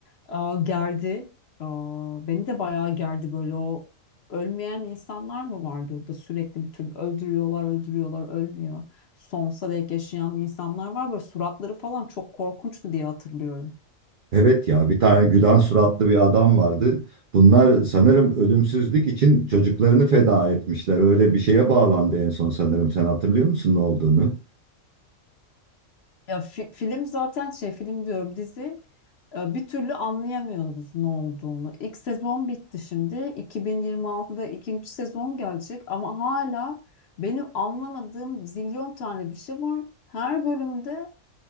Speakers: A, on the left; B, on the right.
A: Aa, gerdi. Aa, beni de bayağı gerdi böyle o ölmeyen insanlar mı vardı orada sürekli bir türlü öldürüyorlar öldürüyorlar ölmüyor. Sonsuza dek yaşayan insanlar var böyle suratları falan çok korkunçtu diye hatırlıyorum.
B: Evet ya bir tane gülen suratlı bir adam vardı. Bunlar sanırım ölümsüzlük için çocuklarını feda etmişler. Öyle bir şeye bağlandı en son sanırım. Sen hatırlıyor musun ne olduğunu?
A: Ya fi- film zaten şey film diyorum dizi e, bir türlü anlayamıyoruz ne olduğunu. İlk sezon bitti şimdi 2026'da ikinci sezon gelecek ama hala benim anlamadığım zilyon tane bir şey var. Her bölümde